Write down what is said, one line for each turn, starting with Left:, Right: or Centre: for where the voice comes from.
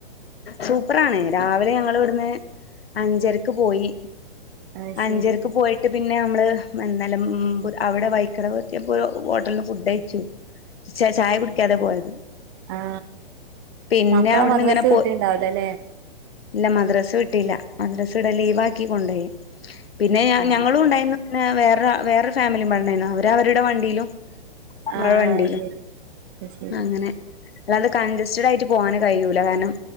Left: സൂപ്പറാണ് രാവിലെ ഞങ്ങളിവിട്ന്ന് അഞ്ചരക്ക് പോയി
Right: ആ
Left: അഞ്ചരക്ക്
Right: ശരി
Left: പോയി പിന്നെ നമ്മള് നിലമ്പൂർ അവിടെ വൈക്കട വത്തിയ പ്പോ ഹോട്ടലന്ന് ഫുഡ് കഴിച്ചു. ച ചായ കുടി കാതെ പോയത്
Right: ആ
Left: പിന്നെ
Right: മക്കളെ
Left: അവിടുന്ന്
Right: മദ്രസ്
Left: ഇങ്ങനെ പോയി
Right: കിട്ടിണ്ടാവൂലല്ലേ
Left: ഇല്ല മദ്രസ് വിട്ടീല്ല മദ്രസ് ഇടെ ലീവ് ആക്കി കൊണ്ടോയി- പിന്നെ ഞ
Right: ആ
Left: ഞങ്ങളും ഉണ്ടായിരുന്നു വേറെ വേറൊ ഫാമിലിയിമ്പാടെ ഉണ്ടായിരുന്നു അവര് അവരുടെ വണ്ടിയിലും നമ്മളെ
Right: ആ
Left: വണ്ടിയിലും.
Right: ശരി ശരി
Left: അങ്ങനെ അല്ലാതെ കഞ്ചസ്റ്റഡ് ആയിട്ട് പോകാന് കഴിയൂല കാരണം